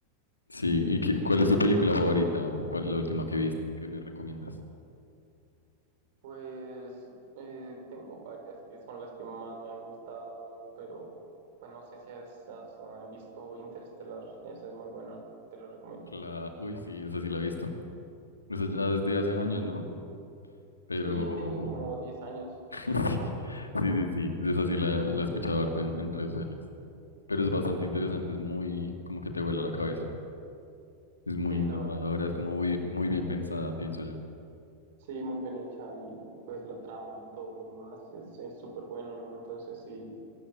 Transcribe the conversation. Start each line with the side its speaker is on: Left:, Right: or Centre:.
Left: Sí, ¿y qué- cuál
Right: Y
Left: es tu película favorita o cuál es la última que viste que me recomiendas?
Right: pues eh, tengo varias que son las que más me han gustado, pero pues no sé si has, has, ah, visto Interstellar, esa es muy buena, te la recomiendo.
Left: La... Uy, sí, esa sí la he visto. Eso ya desde hace años, ¿no? Pero
Right: Sí, ya tiene como 10 años.
Left: <laughs> sí, sí, sí, sí. Esa sí la, la he escuchado harto en, en redes sociales. Pero es bastante interesante, es muy, como que te vuela la cabeza. Es muy
Right: Sí,
Left: innovadora,
Right: la verdad que
Left: es como muy, muy bien pensada, pienso yo.
Right: sí, muy bien hecha y pues la trama y todo lo demás es, es súper bueno, ¿no? Entonces sí,